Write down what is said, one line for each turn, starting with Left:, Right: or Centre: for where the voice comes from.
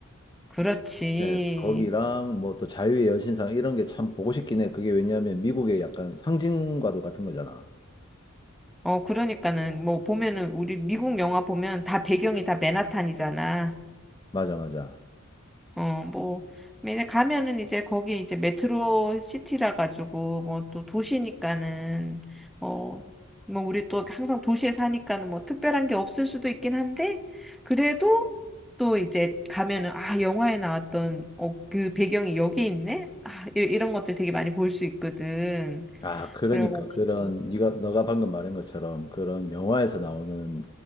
Centre: 그렇지.
Left: 네, 거기랑 뭐 또 자유의 여신상 이런 게 참 보고 싶긴 해. 그게 왜냐하면 미국의 약간 상징과도 같은 거잖아.
Centre: 어, 그러니까는, 뭐, 보면은, 우리 미국 영화 보면 다 배경이 다 맨하탄이잖아.
Left: 맞아, 맞아.
Centre: 어, 뭐, 맨에 가면은 이제 거기 이제 메트로 시티라 가지고, 뭐, 또 도시니까는, 어, 뭐, 우리 또 항상 도시에 사니까는 뭐, 특별한 게 없을 수도 있긴 한데, 그래도 또 이제 가면은, 아, 영화에 나왔던, 어, 그 배경이 여기 있네? 아, 이- 이런 것들 되게 많이 볼 수 있거든.
Left: 아, 그러니까
Centre: 그래가지고,
Left: 그런 네가 너가 방금 말한 것처럼 그런 영화에서 나오는